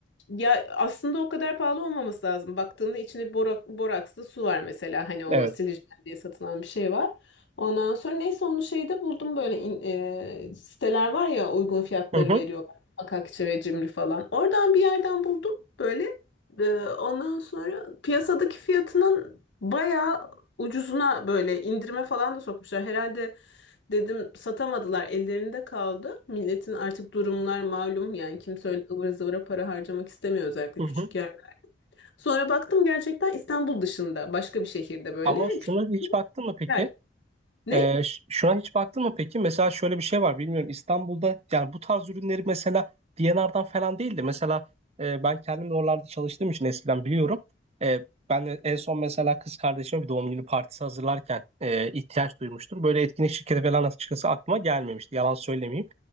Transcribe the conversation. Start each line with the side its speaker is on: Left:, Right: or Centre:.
Left: ya aslında o kadar pahalı olmaması lazım. Baktığında içinde borak, borakslı su var mesela. Hani o
Right: Evet.
Left: silicon diye satılan bir şey var. Ondan sonra neyse onu şeyde buldum böyle in- e, siteler var ya uygun fiyatları
Right: Hı hı.
Left: veriyorlar. Akakçe ve Cimri falan. Oradan bir yerden buldum böyle. E, ondan sonra piyasadaki fiyatının bayağı ucuzuna böyle indirime falan da sokmuşlar. Herhalde Dedim satamadılar ellerinde kaldı. Milletin artık durumlar malum yani kimse öyle ıvır zıvıra para harcamak istemiyor özellikle
Right: Hı hı.
Left: küçük yer. Sonra baktım gerçekten İstanbul dışında başka bir şehirde böyle
Right: Ama şuna
Left: küçük
Right: hiç baktın mı peki?
Left: yer. Ne?
Right: Ee, ş- şuna hiç baktın mı peki? Mesela şöyle bir şey var bilmiyorum. İstanbul'da yani bu tarz ürünleri mesela D&R'dan falan değil de mesela e, ben kendim de oralarda çalıştığım için eskiden biliyorum. E, ben de en son mesela kız kardeşime bir doğum günü partisi hazırlarken e, ihtiyaç duymuştum. Böyle etkinlik şirketi falan açıkçası aklıma gelmemişti. Yalan söylemeyeyim.